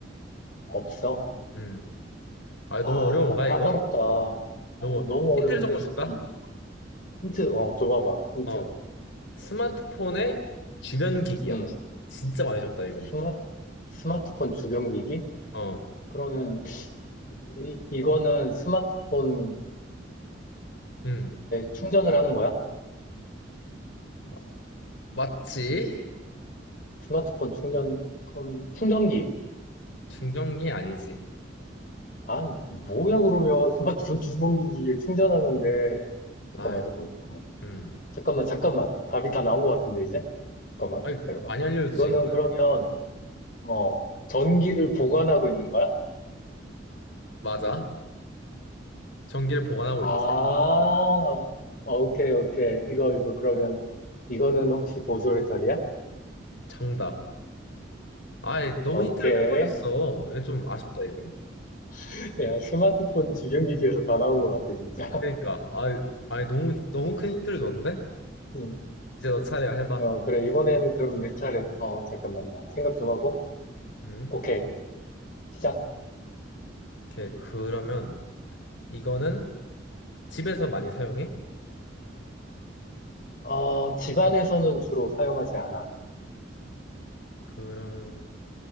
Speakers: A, on the left; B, on the left.
A: 없어?
B: 음. 아,
A: 아,
B: 너무 어려운가,
A: 이거 까다롭다.
B: 이거?
A: 어,
B: 너무
A: 너무
B: 힌트를
A: 어려운데?
B: 조금
A: 잠깐만,
B: 줄까?
A: 잠깐만. 힌트, 어, 줘봐봐, 힌트.
B: 어, 스마트폰의 주변 기기야.
A: 응.
B: 진짜 많이 줬다, 이건.
A: 스마, 스마트폰 주변기기?
B: 어,
A: 그러면, 이, 이거는 스마트폰에
B: 음.
A: 충전을 하는 거야?
B: 어, 맞지?
A: 스마트폰 충전, 그러면 충전기.
B: 충전기 아니지.
A: 아, 뭐야, 그러면 스마트폰 주변기기에 충전하는데. 잠깐만,
B: 아,
A: 잠깐만, 잠깐만.
B: 음.
A: 잠깐만, 잠깐만. 답이 다 나온 것 같은데, 이제? 잠깐만,
B: 아니,
A: 기다려봐.
B: 많이 알려줬지.
A: 이거는
B: 이거.
A: 그러면, 어, 전기를 보관하고 있는 거야?
B: 맞아. 전기를 보관하고
A: 아,
B: 있지.
A: 어, 오케이, 오케이. 이거, 이거, 그러면, 이거는 혹시 보조 배터리야?
B: 정답. 아이, 너무
A: 오케이.
B: 힌트를 큰 걸 줬어. 이거 좀 아쉽다, 이거.
A: <laughs> 야, 스마트폰 주변기기에서 다 나온 것 같아, 진짜.
B: 그러니까.
A: <laughs>
B: 아이, 아이, 너무, 너무 큰 힌트를 줬는데?
A: 음.
B: 이제 너 차례야, 해봐.
A: 어, 그래. 이번엔 그럼 내 차례. 어, 잠깐만, 나 생각 좀 하고.
B: 음.
A: 오케이. 시작.
B: 오케이. 그러면, 이거는 집에서 많이 사용해?
A: 어, 집안에서는 주로 사용하지 않아.
B: 그러면,